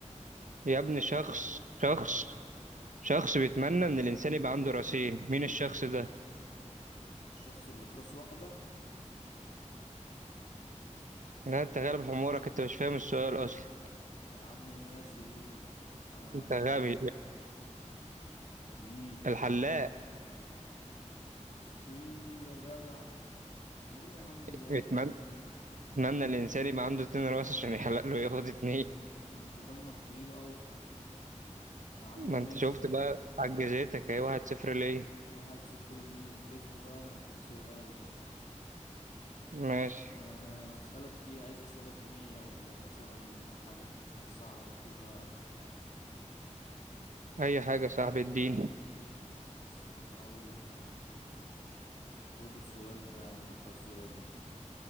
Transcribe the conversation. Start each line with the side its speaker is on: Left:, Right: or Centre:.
Right: يا ابني شخص شخص شخص بيتمنى ان الانسان يبقى عنده راسين مين الشخص ده
Left: الشخص اللي براس واحدة
Right: لا انت غالب حمورك انت مش فاهم السؤال اصلا
Left: يا عم ماشي قول انا يا
Right: انت
Left: عم
Right: غبي
Left: ايه مين
Right: الحلاق
Left: اخي يا جدع ايه يا عم ده
Right: بيتمنى
Left: يا عم
Right: بيتمنى الانسان يبقى عنده اتنين راس عشان يحلق له ياخد اتنين
Left: ده انت دمك تقيل قوي يا عم ماشي
Right: ما انت شفت بقى عجزتك اهي واحد صفر ليه
Left: واحد صفر ليك كسب بقى انا اديك سؤال بقى
Right: ماشي
Left: آه، اسالك ايه عايز اسئله دينيه ولا مثلا حاجات صعبه كده
Right: اي حاجه يا صاحبي اديني
Left: بس هقول لك انا خد السؤال ده يا عم الفزوره دي